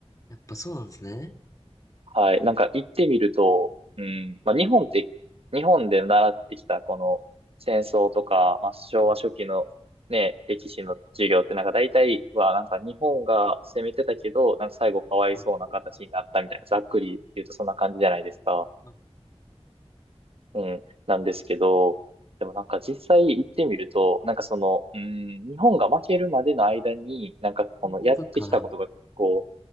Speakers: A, on the left; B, on the right.
A: やっぱそうなんですね。
B: はい。なんか行ってみると、うん、まあ日本って、日本で習ってきたこの戦争とか、まあ昭和初期のね、
A: はいは
B: 歴史の授業ってなんか大体はなんか日本が攻めてたけど、なんか最後かわいそうな形になったみたいな、
A: いはい。
B: ざっくり言うとそんな感じじゃないですか。
A: あそ
B: うん。なんですけど、でもなんか実際行ってみると、なんかその、うん、日本が負けるまでの間に、なんかこのやってきたことが結構、
A: うことか。な